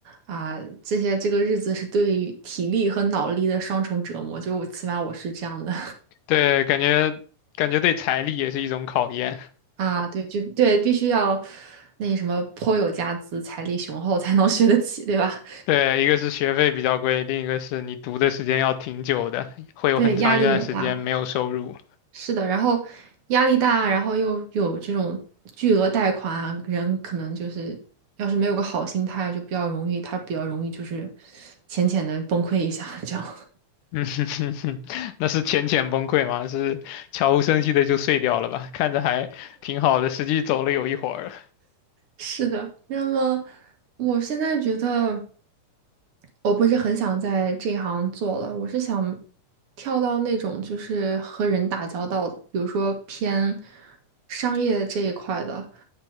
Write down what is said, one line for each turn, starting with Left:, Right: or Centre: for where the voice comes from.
Right: 啊这些，这个日子是对于体力和脑力的双重折磨。就我起码我是这样的
Left: 对，感觉感觉对财力也是一种考验。
Right: <laughs> 啊，对，就对，必须要那什么颇有家资、财力雄厚才能学得起，对吧？
Left: 对，一个是学费比较贵，另一个是你读的时间要挺久的，会有很长一段时间没有收入。
Right: 对，压力也大。是的，然后压力大，然后又有这种巨额贷款啊，人可能就是要是没有个好心态，就比较容易，他比较容易就是浅浅的崩溃一下，这样。
Left: 嗯哼哼哼，<laughs> 那是浅浅崩溃吗？是悄无声息的就碎掉了吧？看着还挺好的，实际走了有一会儿了。
Right: 是的，那么我现在觉得我不是很想在这一行做了，我是想跳到那种就是和人打交道的，比如说偏商业这一块的，